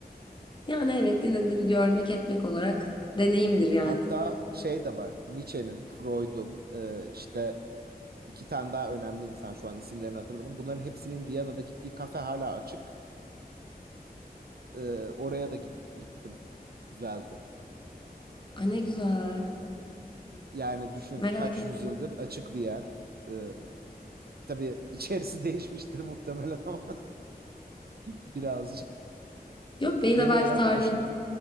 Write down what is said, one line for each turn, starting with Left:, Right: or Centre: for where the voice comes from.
Left: Yani evet yine de bir görmek etmek olarak deneyimdir yani.
Right: Hatta şey de var. Nietzsche'nin, Freud'un e, işte iki tane daha önemli insan şu an isimlerini hatırlamadım. Bunların hepsinin Viyana'da gittiği kafe hala açık. E, oraya da git- gittim. Güzeldi.
Left: Ay ne güzel.
Right: Yani düşün
Left: Merak
Right: kaç
Left: ettim.
Right: yüzyıldır açık bir yer. E, tabii içerisi <laughs> değişmiştir muhtemelen ama <laughs> birazcık.
Left: Yok be yine
Right: Genel
Left: belki
Right: olarak
Left: tarihi
Right: orijinal.